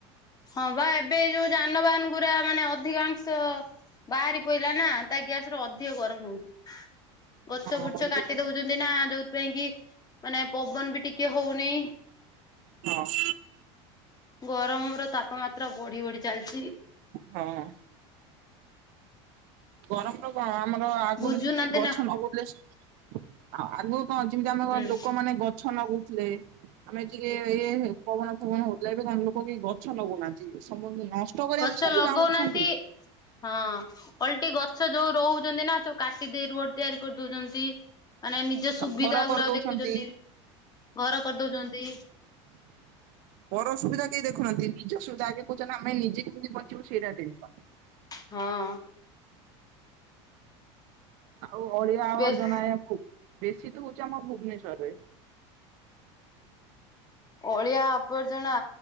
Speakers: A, on the left (about 25°); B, on the right (about 60°).
A: ହଁ ବା ଏବେ ଯୋଉ ଯାନବାହାନ ଗୁରା ମାନେ ଅଧିକାଂଶ ବାହାରି ପଡିଲା ନା, ତା ଗ୍ୟାସ ରେ ଅଧିକ ଗରମ ହଉଛି। ଗଛ
B: ହଁ
A: ବୁଛ
B: ଅଧିକ
A: କାଟି ଦଉଛନ୍ତି ନା ଯୋଉଥିପାଇଁ କି ମାନେ ପବନ ବି ଟିକେ ହଉନି
B: ହଁ
A: ଗରମ ର ତାପମାତ୍ରା ବଢି ବଢି ଚାଲିଛି।
B: ହଁ ଗରମର କଣ ଆମର ଆଗରୁ
A: ବୁଝୁନାହାନ୍ତି
B: ଯେମିତି ଗଛ
A: ନା
B: ନଗଉଥିଲେ। ଆ ଆଗକୁ କଣ ଯେମିତି ଆମ
A: ହୁଁ
B: ଲୋକ ମାନେ ଗଛ ଗଛ ଲଗୁଥିଲେ। ଆମେ ଟିକେ ଇ ପବନ ଫବନ ହଉଥିଲେ। ଏବେ ଲୋକ କେହି ଗଛ ଗଛ ନଗଉନାହାନ୍ତି, ସବୁ ନଷ୍ଟ କରିବା
A: ଗଛ
B: ପାଇଁ ସବୁ
A: ଲଗଉନାହାନ୍ତି
B: ଚାହୁଛନ୍ତି।
A: ହଁ ଓଲଟି ଗଛ ଯୋଉ ରହୁଛନ୍ତି ନା ସବୁ କାଟି ଦେଇେ ରୋଡ ତିଆରି କରିଦଉଛନ୍ତି। ମାନେ ନିଜ
B: ଆଉ
A: ସୁବିଧା
B: ଘର କରିଦଉଛନ୍ତି
A: ଗୁରା ଦେଖୁଛନ୍ତି ଘର କରିଦଉଛନ୍ତି।
B: ହ ପର ଅସୁବିଧା କେହି ଦେଖୁନାହାନ୍ତି ନିଜ ସୁବିଧା ଆଗେ କହୁଛନ୍ତି ଆମେ ନିଜେ କେମିତି ବଞ୍ଚିବୁ ସେଇଟା ଟେନସନ୍।
A: ହଁ
B: ଆଉ ଅଳିଆ ଆବର୍ଜନା
A: ବେଶ
B: ବେଶୀ ତ ହଉଛି ଆମ ଭୁବନେଶ୍ଵରରେ।
A: ଅଳିଆ ଆବର୍ଜନା